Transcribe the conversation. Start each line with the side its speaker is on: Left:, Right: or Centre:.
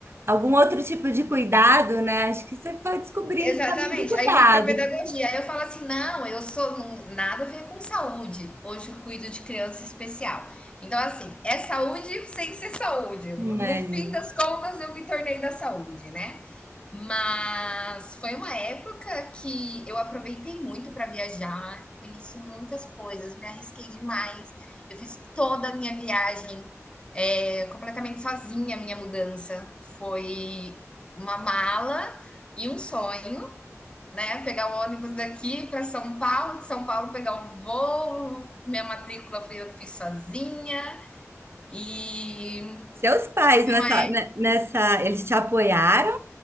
Right: algum outro tipo de cuidado, né? Acho que você pode descobrir
Left: Exatamente.
Right: nesse caminho do cuidado.
Left: Aí fui para pedagogia. Aí eu falo assim: não, eu sou não- nada a ver com saúde. Hoje eu cuido de criança especial. Então, assim, é saúde sem ser saúde. No
Right: né?
Left: fim das contas, eu me tornei da saúde, né? Mas foi uma época que eu aproveitei muito para viajar, conheci muitas coisas, me arrisquei demais. Eu fiz toda a minha viagem, eh, completamente sozinha, a minha mudança. Foi uma mala e um sonho, né, pegar o ônibus daqui para São Paulo, de São Paulo pegar o voo, minha matrícula foi eu que fiz sozinha. E
Right: Seus pais
Left: foi
Right: nessa,
Left: uma é
Right: ne- nessa, eles te apoiaram